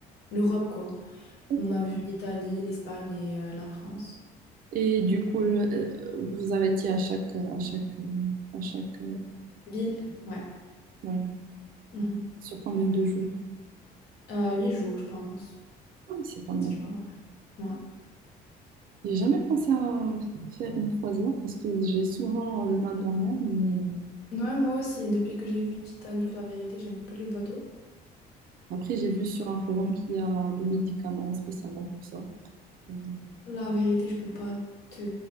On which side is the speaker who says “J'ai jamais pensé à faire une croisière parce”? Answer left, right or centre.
Right